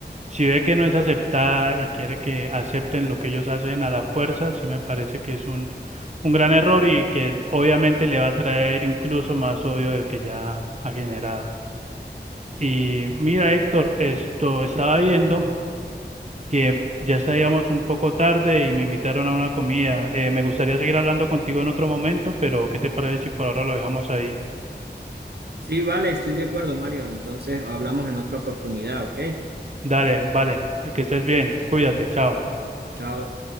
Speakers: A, on the right; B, on the right.
A: Si ve que no es aceptada y quiere que acepten lo que ellos hacen a la fuerza, sí me parece que es un, un gran error y que obviamente le va a traer incluso más odio del que ya ha generado. Y mira, Héctor, esto estaba viendo que ya estábamos un poco tarde y me invitaron a una comida. Eh, me gustaría seguir hablando contigo en otro momento, pero ¿qué te parece si por ahora lo dejamos ahí?
B: Sí, vale, estoy de acuerdo, Mario. Entonces hablamos en otra oportunidad, ¿ok?
A: Dale, vale, que estés bien, cuídate, chao.
B: Chao.